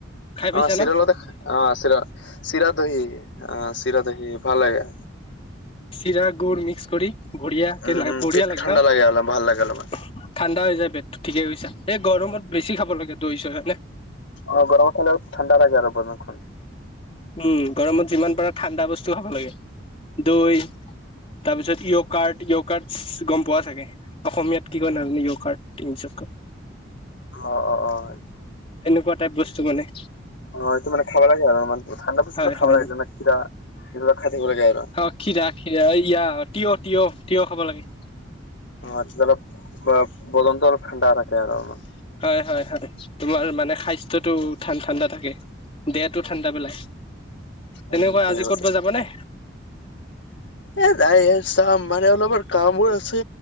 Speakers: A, on the left; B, on the left.
A: খাই পাইছা
B: অ', চিৰা
A: ন
B: লগতে অ চিৰা চিৰা দহি অ চিৰা দহি ভাল লাগে।
A: চিৰা গুড মিক্স কৰি, বঢ়িয়া
B: উম
A: ল
B: উম
A: বঢ়িয়া
B: পেটটো
A: লাগে
B: ঠাণ্ডা
A: ন
B: অলপ ভাল লাগে অলপমান
A: ঠাণ্ডা হৈ যায় পেটটো ঠিকেই কৰিছা এই গৰমত বেছি খাব লাগে দৈ চৈ হয়নে?
B: অ গৰমত খালেও ঠাণ্ডা লাগে, আৰু বৰখন। <inaudible>
A: উম গৰমত যিমান পাৰা ঠাণ্ডা বস্তু খাব লাগে, দৈ তাৰপিছত য়' কাৰ্ড য়' কাৰ্ড গম পোৱা চাগে? অসমীয়াত কি কয় নাজানো য়' কাৰ্ড তিনিশ কাৰ্ড
B: অ অ অ'।
A: এনেকুৱা টাইপ বস্তু মানে।
B: অটো মে খাবা লাগে আৰু মান ঠাণ্ডা বস্তুা
A: হয়
B: খাবা
A: হয়
B: লাগিলে ন ক্ষীৰাা এইবিলাক খাতিিব লাগে আৰু <inaudible> <unintelligible>
A: অঁ খীৰা খীৰা ইয়া তিঁহ তিয়হ তিয়হ, খাব লাগে।
B: অ', অলপ বদন্ত অলপ ঠাণ্ডা ৰাখে আৰু অলমান।
A: হয় হয় হয়, তোমাৰ মানে স্বাস্থয়টো ঠাণ্ডা ঠাণ্ডা থাকে। দেহটো ঠাণ্ডা পেলাই, তেনেকুৱা
B: উম ঠিকে
A: আজি
B: কৈছে
A: ক'ৰবাত যাব নে?
B: এ, দাই চাম মানে অলপমান কামো আছে